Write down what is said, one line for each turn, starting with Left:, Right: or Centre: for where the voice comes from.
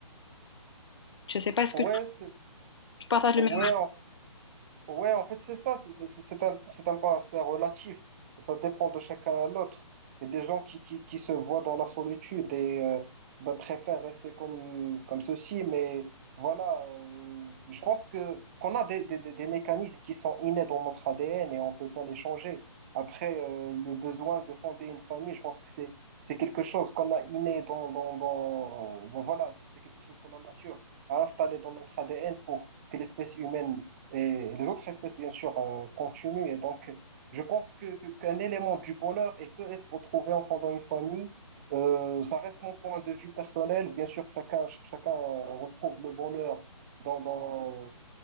Left: Je sais pas, est-ce
Right: Ouais,
Left: que
Right: c'est- c'est-
Left: tu partages
Right: ouais,
Left: le même...
Right: en Ouais, en fait, c'est ça, c'est c'est- c'est un, c'est un pas assez relatif. Ça dépend de chacun à l'autre. Il y a des gens qui, qui, qui se voient dans la solitude et euh, ben, préfèrent rester comme, comme ceci, mais voilà, euh, je pense que qu'on a des, des, des des mécanismes qui sont innés dans notre ADN et on peut pas les changer. Après, euh, le besoin de fonder une famille, je pense que c'est c'est quelque chose qu'on a inné dans, dans, dans euh, bon, voilà, c'est quelque chose que la nature a installé dans notre ADN pour que l'espèce humaine et les autres espèces, bien sûr, euh, continuent. Et donc, je pense que, que- qu'un élément du bonheur, il peut être retrouvé en fondant une famille. Euh, ça reste mon point de vue personnel. Bien sûr, chacun, ch- chacun euh, retrouve le bonheur dans, dans, euh,